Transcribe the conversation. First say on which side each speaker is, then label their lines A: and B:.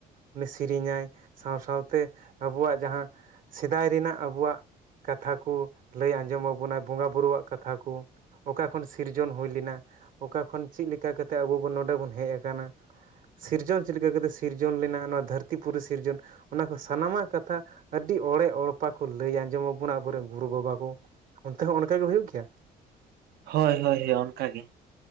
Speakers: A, on the right; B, on the right.
A: ᱩᱱᱤ ᱥᱮᱨᱮᱧᱟᱭ ᱥᱟᱶ-ᱥᱟᱶᱛᱮ ᱟᱵᱚᱣᱟᱜ ᱡᱟᱦᱟᱸ ᱥᱮᱫᱟᱭ ᱨᱮᱱᱟᱜ ᱟᱵᱚᱣᱟᱜ ᱠᱟᱛᱷᱟ ᱠᱩ ᱞᱟᱹᱭ ᱟᱸᱡᱚᱢ ᱟᱵᱚᱱᱟᱭ ᱵᱚᱸᱜᱟ ᱵᱩᱨᱩᱣᱟᱜ ᱠᱟᱛᱷᱟ ᱠᱩ᱾ ᱚᱠᱟ ᱠᱷᱚᱱ ᱥᱤᱨᱡᱚᱱ ᱦᱩᱭ ᱞᱮᱱᱟ, ᱚᱠᱟ ᱠᱷᱚᱱ ᱪᱮᱫ ᱞᱮᱠᱟ ᱠᱟᱛᱮᱫ ᱟᱵᱚ ᱵᱚᱱ ᱱᱚᱰᱮ ᱵᱚᱱ ᱦᱮᱡ ᱠᱟᱱᱟ, ᱥᱤᱨᱡᱚᱱ ᱪᱮᱫ ᱞᱮᱠᱟ ᱠᱟᱛᱮᱫ ᱥᱤᱨᱡᱚᱱ ᱞᱮᱱᱟ ᱱᱚᱣᱟ ᱫᱷᱟᱹᱨᱛᱤ ᱯᱩᱨᱤ ᱥᱤᱨᱡᱚᱱ ᱚᱱᱟ ᱠᱚ ᱥᱟᱱᱟᱢᱟᱜ ᱠᱟᱛᱷᱟ ᱟᱹᱰᱤ ᱚᱲᱮ ᱚᱲᱯᱟ ᱠᱚ ᱞᱟᱹᱭ ᱟᱸᱡᱚᱢ ᱟᱵᱚᱱᱟ ᱟᱵᱚ ᱨᱮᱱ ᱜᱩᱨᱩ ᱵᱟᱵᱟ ᱠᱚ᱾ ᱚᱱᱛᱮ ᱦᱚᱸ ᱚᱱᱠᱟ‌ ᱜᱮ ᱦᱩᱭᱩᱜ ᱜᱮᱭᱟ?
B: ᱦᱳᱭ ᱦᱳᱭ ᱦᱳᱭ ᱚᱱᱠᱟ ᱜᱮ᱾